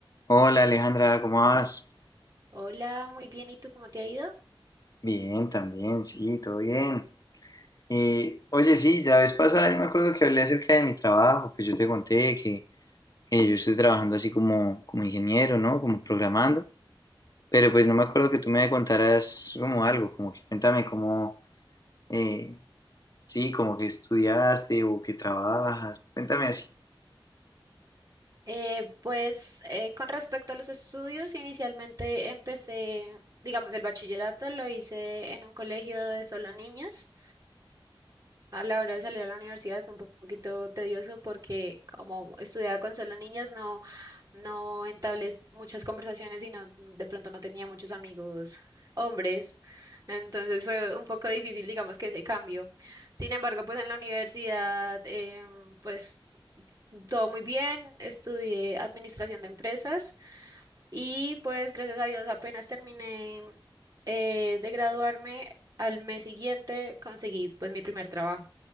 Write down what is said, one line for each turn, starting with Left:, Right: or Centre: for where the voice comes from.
Left: Hola Alejandra, ¿cómo vas?
Right: Hola, muy bien. ¿Y tú cómo te ha ido?
Left: Bien, también, sí, todo bien. Eh, oye, sí, la vez pasada yo me acuerdo que hablé acerca de mi trabajo, que yo te conté que eh, yo estoy trabajando así como, como ingeniero, ¿no? Como programando, pero pues no me acuerdo que tú me contaras como algo, como que cuéntame cómo, eh, sí, como que estudiaste o que trabajas, cuéntame así.
Right: Eh, pues eh, con respecto a los estudios, inicialmente empecé, digamos, el bachillerato lo hice en un colegio de solo niñas. A la hora de salir a la universidad fue un po- poquito tedioso porque como estudiaba con solo niñas, no, no entablé muchas conversaciones y no, de pronto no tenía muchos amigos hombres. Entonces fue un poco difícil, digamos, que ese cambio. Sin embargo, pues en la universidad, em, pues Todo muy bien, estudié administración de empresas y pues gracias a Dios apenas terminé eh, de graduarme, al mes siguiente conseguí pues mi primer trabajo.